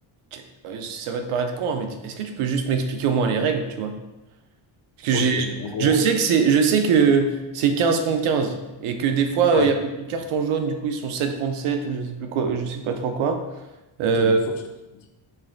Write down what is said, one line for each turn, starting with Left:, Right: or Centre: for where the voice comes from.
Right: tu- euh, ça va te paraître con, hein, mais tu- est-ce que tu peux juste m'expliquer au moins les règles, tu vois? Parce que
Left: Ok,
Right: j'ai,
Left: bon, en gros,
Right: je sais que c'est, je sais que c'est 15 contre 15 et que des fois,
Left: ouais.
Right: euh, il y a beaucoup de cartons jaunes, du coup, ils sont 7 contre 7 ou je sais plus quoi, je sais pas trop quoi. Euh,
Left: Ok, bon, faut que je t'explique.